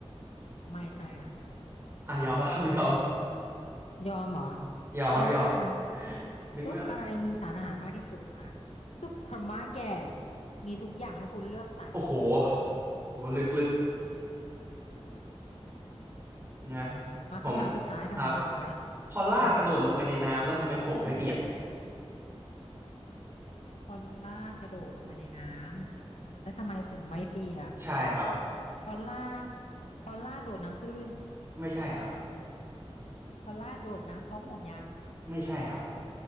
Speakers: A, on the left (about 80°); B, on the right (about 25°).
A: ไม่ใช่ค่ะ
B: อ่ะยอมครับ <laughs> ยอม
A: ยอมเหรอ
B: ยอมครับยอม
A: ยอมง่ายจัง
B: นึกว่า
A: ซุปอะไรมีสารอาหารมากที่สุดนะคะซุปเปอร์มาร์เก็ตมีทุกอย่างให้คุณเลือกสรร
B: โอ้โหโหลึก
A: <laughs>
B: ๆนะ
A: มาคำถามสุดท้ายคำถามสุดท้าย
B: ผมครับพอลากกระโดดลงไปในน้ำแล้วทำไมผมไม่เปียก
A: มาค่ะ พอลล่ากระโดดลงไปในน้ำแล้วทำไมผมไม่เปียก
B: ใช่ครับ
A: พอลล่าพอลล่าโดดน้ำตื้น
B: ไม่ใช่ครับ
A: พอลล่าโดดน้ำพร้อมห่วงยาง
B: ไม่ใช่ครับ